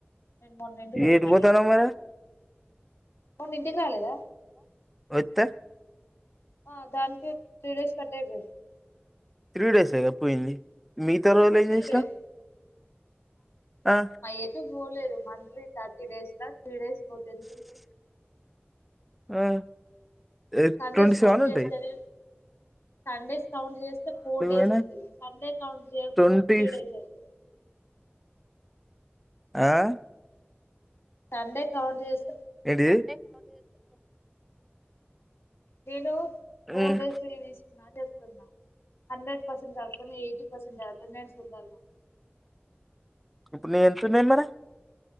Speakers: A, on the left (about 80°); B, in the centre.
A: నేను మొన్నింటికి ఒచ్చిన
B: ఎటు పోతన్నావ్
A: కదా
B: మరి
A: మొన్న ఇంటికి రాలేదా
B: వత్తే
A: ఆ దానికి త్రీ డేస్ కట్ అయిపోయింది
B: త్రీ డిసెగా పోయింది మిగతా రోజులు
A: త్రీ
B: ఏం చేసినావ్
A: డైస్
B: ఆ
A: ఎటు పోన్. లేదు మంత్లీ థర్టీ డేస్ లా త్రీ డేస్. పోతే ఎంత
B: హలో
A: అవుతాయి.
B: ఆ eight
A: Sundays
B: twenty
A: count
B: seven ఉంటై.
A: చేస్తేనే సండేస్ కౌంట్ చేస్తే ఫోర్ డేస్
B: అయినా
A: అయితది సండే కౌంట్ చేయకపోతే
B: ట్వంటీ
A: త్రీ డేస్ అయితది.
B: ఆ.
A: సండే కౌంట్ చేసి
B: ఏంటిది
A: నేను ఫోర్
B: ఉమ్,
A: డేస్ లీవ్ తీసుకున్న అని హండ్రెడ్ పర్సెంట్ కాకుంన్న ఎయిటి పర్సెంట్ అటెండెన్స్ ఉండాల
B: ఇప్పుడు నీది ఎంతున్నది మరే